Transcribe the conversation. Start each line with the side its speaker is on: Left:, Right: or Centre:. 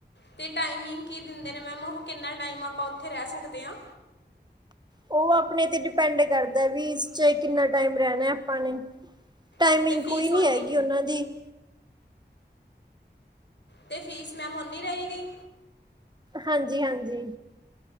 Left: ਤੇ ਟਾਈਮਿੰਗ ਕੀ ਦਿੰਦੇ ਨੇ ਮੈਮ ਉਹ ਕਿੰਨਾ ਟਾਈਮ ਆਪਾਂ ਉੱਥੇ ਰਹਿ ਸਕਦੇ ਆਂ?
Right: ਉਹ ਆਪਣੇ ਤੇ ਡਿਪੈਂਡ ਕਰਦਾ ਵੀ ਇਸ ਚ ਕਿੰਨਾ ਟਾਈਮ ਰਹਿਣਾ ਆਪਾਂ ਨੇ। ਟਾਈਮਿੰਗ
Left: ਅਤੇ ਫੀਸ
Right: ਕੋਈ ਨੀ
Left: ਓਨੀ
Right: ਹੈਗੀ ਓਨਾਂ ਦੀ।
Left: ਤੇ ਫ਼ੀਸ ਮੈਮ ਓਨੀ ਰਏਗੀ?
Right: ਹਾਂਜੀ-ਹਾਂਜੀ।